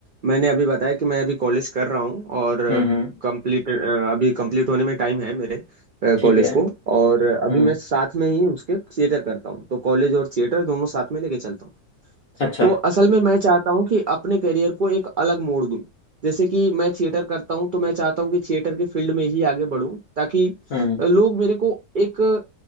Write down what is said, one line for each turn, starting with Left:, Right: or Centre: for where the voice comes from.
Right: मैंने अभी बताया कि मैं अभी कॉलेज कर रहा हूँ और
Left: हम्म हम्म
Right: कंप्लीट अभी कंप्लीट होने में टाइम है मेरे
Left: ठीक
Right: कॉलेज
Left: है
Right: को और अभी
Left: हम्म
Right: मैं साथ में ही उसके थिएटर करता हूँ तो कॉलेज और थिएटर दोनों साथ में लेके चलता हूँ
Left: अच्छा
Right: तो असल में मैं चाहता हूँ कि अपने करियर को एक अलग मोड़ दूं जैसे कि मैं थिएटर करता हूँ तो मैं चाहता हूँ कि थिएटर के फील्ड में ही आगे बढूं ताकि
Left: हम्म
Right: लोग मेरे को एक